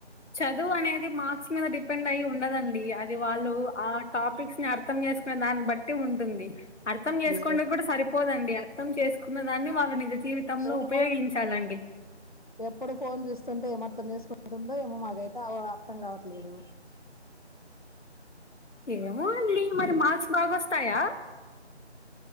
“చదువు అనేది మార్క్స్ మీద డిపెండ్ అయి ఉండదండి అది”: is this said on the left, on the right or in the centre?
Left